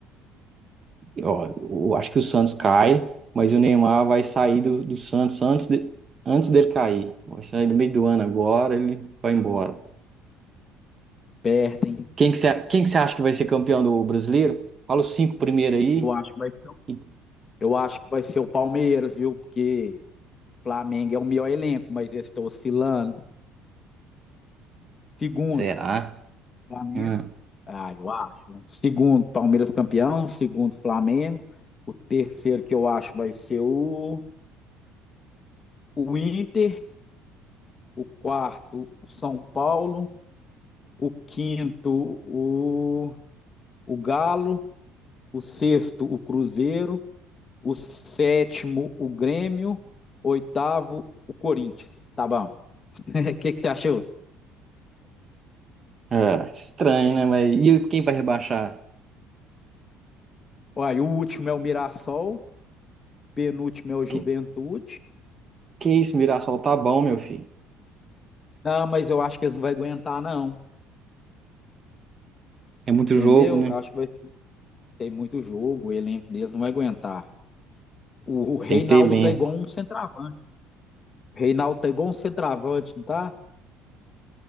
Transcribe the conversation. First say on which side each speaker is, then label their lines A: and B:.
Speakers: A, on the right; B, on the left.
A: Ó, eu acho que o Santos cai, mas o Neymar vai sair do, do Santos antes, de, antes dele cair. Vai sair no meio do ano agora, ele vai embora.
B: perdem.
A: Quem que você quem que você acha que vai ser campeão do Brasileiro? Fala os cinco primeiro aí.
B: Eu acho, que vai-
A: E-
B: eu acho que vai ser o Palmeiras, viu? Porque o Flamengo é o melhor elenco, mas eles estão oscilando. Segundo,
A: Será?
B: Flamengo.
A: Hum.
B: Ah, eu acho. Segundo, Palmeiras campeão. Segundo, Flamengo. O terceiro que eu acho vai ser o, o Inter. O quarto, o São Paulo. O quinto, o, o Galo. O sexto, o Cruzeiro. o sétimo, o Grêmio, oitavo, o Corinthians. Tá bom. <laughs> O que, que você achou?
A: É, estranho, né? Mas e quem vai rebaixar?
B: Olha, o último é o Mirassol, penúltimo é o Juventude.
A: Que, que isso, Mirassol tá bom, meu filho.
B: Não, mas eu acho que eles não vão aguentar, não.
A: É muito
B: Entendeu?
A: jogo, né?
B: Eu acho que vai ter muito jogo, o elenco deles não vai aguentar. O, o Reinaldo
A: Tem que ter elenco.
B: tá igual um centroavante. O Reinaldo tá igual um centroavante, não tá?